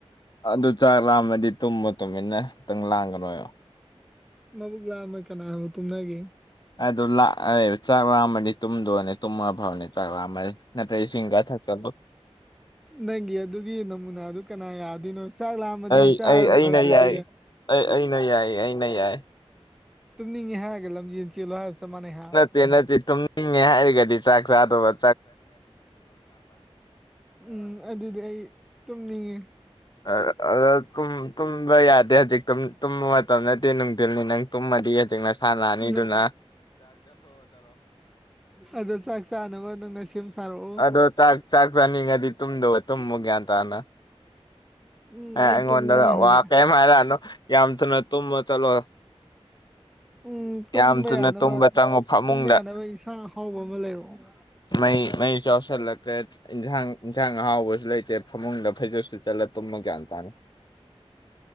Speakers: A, on the left; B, in the centre.
A: ꯑꯗꯨ ꯆꯥꯛ ꯂꯥꯝꯃꯗꯤ ꯇꯨꯝꯕ ꯇꯨꯝꯃꯤꯟꯅ ꯈꯤꯇꯪ ꯂꯥꯡꯒꯔꯣꯏꯣ
B: ꯃꯕꯨꯛ ꯂꯥꯝꯃ ꯀꯅꯥ ꯇꯨꯝꯅꯒꯦ
A: ꯑꯗꯨ ꯂ ꯆꯥꯛꯔꯥꯛ ꯑꯃꯗꯤ ꯇꯨꯝꯗꯣꯅꯦ ꯇꯨꯝꯃ ꯐꯥꯎꯅꯦ ꯆꯥꯛꯥ ꯑꯃꯅꯤ ꯁꯤꯡꯒ ꯊ ꯆꯂꯣ <unintelligible>
B: ꯅꯪꯒꯤ ꯑꯗꯨꯒꯤ ꯅꯃꯨꯅꯥꯗꯨ ꯀꯅꯥ ꯌꯥꯗꯣꯏꯅꯣ ꯆꯥꯛ ꯂꯥꯝꯃꯗꯤ
A: ꯑꯩ
B: ꯆꯥꯔ
A: ꯑꯩ ꯑꯩꯅ
B: ꯐꯗ꯭ꯔꯗꯤ
A: ꯌꯥꯏ ꯑꯩ ꯑꯩꯅ ꯌꯥꯏꯌꯦ ꯑꯩꯅ ꯌꯥꯏ
B: ꯇꯨꯝꯅꯤꯡꯉꯦ ꯍꯥꯏꯔꯒ ꯂꯝꯖꯦꯜ ꯆꯦꯜꯂ ꯍꯥꯏꯒ ꯆꯞꯥꯟꯅꯩ ꯍꯥꯏ
A: ꯑꯦ ꯅꯠꯇꯦ ꯊꯨꯝꯅꯤꯡꯉꯦ ꯍꯥꯏꯔꯒꯗꯤ ꯆꯥꯛ ꯆꯥꯗꯣꯕ
B: ꯎꯝ ꯑꯗꯨꯗꯤ ꯑꯩ ꯇꯨꯝꯅꯤꯡꯉꯦ
A: ꯑ ꯑꯗꯨꯥꯛ ꯑꯗꯨꯝ ꯇꯨꯝꯕ ꯌꯥꯗꯦ ꯍꯧꯖꯤꯛꯇ ꯇꯨꯝꯕ ꯃꯇꯝ ꯅꯠꯇꯦ ꯅꯨꯡꯊꯤꯜꯅꯤ ꯅꯪ ꯇꯨꯝꯃꯗꯤ ꯍꯧꯖꯤꯛ ꯅꯁꯥ ꯂꯥꯛꯑꯅꯤꯗꯨꯅ
B: ꯅꯪ ꯑꯗꯣ ꯆꯥꯛ ꯆꯥꯅꯕ ꯅꯪꯅ ꯁꯦꯝ ꯁꯥꯔꯛꯑꯣ
A: ꯑꯗꯣ ꯆꯥꯛ ꯆꯥꯛ ꯆꯥꯅꯤꯡꯉꯗꯤ ꯇꯨꯝꯗꯕ ꯇꯨꯝꯃꯨ ꯒ꯭ꯌꯥꯟ ꯇꯅ
B: ꯎꯝ
A: ꯑꯦ
B: ꯑꯩ
A: ꯑꯩꯉꯣꯟꯗ
B: ꯇꯨꯝꯅꯤꯡꯉꯦ ꯍꯧꯖꯤꯛ
A: ꯋꯥ ꯀꯩꯝ ꯍꯥꯏꯔꯛꯑꯅꯣ ꯌꯥꯝ ꯊꯨꯅ ꯇꯨꯝꯃ ꯆꯠꯂꯣ
B: ꯎꯝ ꯇꯨꯝꯕ
A: ꯌꯥꯝ ꯊꯨꯅ
B: ꯌꯥꯅꯕ
A: ꯇꯨꯝꯕ ꯆꯪꯉꯣ ꯐꯃꯨꯡꯗ
B: ꯇꯨꯝꯕ ꯌꯥꯅꯕ ꯏꯁꯥꯡ ꯑꯍꯥꯎꯕ ꯑꯃ ꯂꯩꯔꯛꯑꯣ
A: ꯃꯩ ꯃꯩ ꯆꯥꯎꯁꯜꯂꯛꯇ꯭ꯔꯦ ꯏꯟꯁꯥꯡ ꯏꯟꯁꯥꯡ ꯑꯍꯥꯎꯕꯁꯨ ꯂꯩꯇꯦ ꯐꯃꯨꯡꯗ ꯐꯩꯖꯨꯄ ꯁꯨꯞꯆꯜꯂ ꯇꯨꯝꯃ ꯒ꯭ꯌꯥꯟ ꯇꯥꯅꯤ